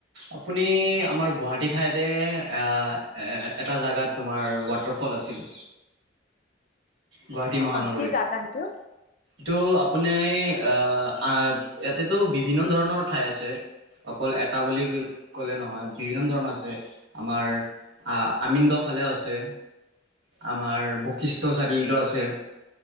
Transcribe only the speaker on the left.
অ
কি জাগা সেইটো